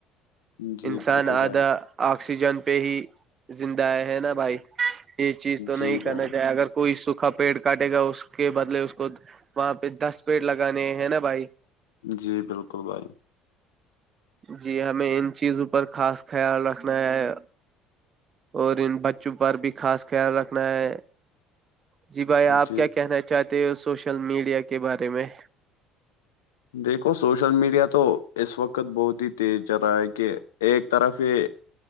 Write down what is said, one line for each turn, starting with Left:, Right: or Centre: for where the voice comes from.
Left: ہے جی
Right: انسان
Left: بالکل
Right: آدھا
Left: بھائی
Right: آکسیجن پہ ہی زندہ ہے ہے نا بھائی یہ چیز تو
Left: جی
Right: نہیں کرنا
Left: بھائی
Right: چاہیے اگر کوئی سوکھا پیڑ کاٹے گا اس کے بدلے اس کو وہاں پہ دس پیڑ لگانے ہیں نا بھائی
Left: جی بالکل بھائی
Right: جی ہمیں ان چیزوں پر خاص خیال رکھنا ہے اور ان بچوں پر بھی خاص خیال رکھنا ہے جی بھائی آپ
Left: جی
Right: کیا کہنا چاہتے ہو سوشل میڈیا کے بارے میں
Left: دیکھو سوشل میڈیا تو اس وقت بہت ہی تیز چل رہا ہے کہ ایک طرف یہ